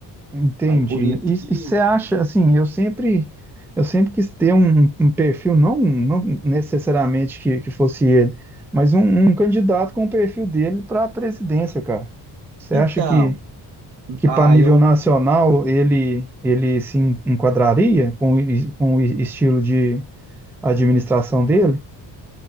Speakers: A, in the centre; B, on the right (about 80°).
A: entendi.
B: Aí por isso
A: E e
B: que.
A: você acha assim, eu sempre eu sempre quis ter um, um perfil, não, não necessariamente que, que fosse ele, mas um, um candidato com o perfil dele para a presidência, cara. Você
B: Então,
A: acha que que
B: Ah,
A: para nível
B: eu,
A: nacional ele, ele se en- enquadraria com, o es- com o estilo de administração dele?